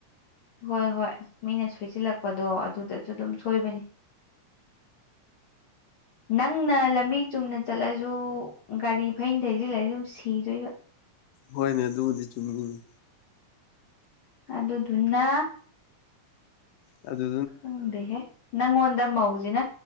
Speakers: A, on the left; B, on the left.
A: ꯍꯣꯏ ꯍꯣꯏ ꯃꯤꯅ ꯁꯣꯏꯁꯤꯜꯂꯛꯄꯗꯣ ꯑꯗꯨꯗꯁꯨ ꯑꯗꯨꯝ ꯁꯣꯏꯕꯅꯤ <inaudible> ꯅꯪꯅ ꯂꯝꯕꯤ ꯆꯨꯝꯅ ꯆꯠꯂꯁꯨ ꯒꯥꯔꯤ ꯐꯩꯅ ꯊꯧꯖꯤꯜꯂꯛꯑꯥꯗꯤ ꯑꯗꯨꯝ ꯁꯤꯗꯣꯏꯕ
B: ꯍꯣꯏꯅꯦ ꯑꯗꯨꯕꯨꯗꯤ ꯆꯨꯝꯃꯤꯅꯦ
A: ꯑꯗꯨꯗꯨꯅ
B: ꯑꯗꯨ
A: ꯈꯪꯗꯦꯍꯦ ꯅꯪꯉꯣꯟꯗ ꯃꯧꯁꯤꯅ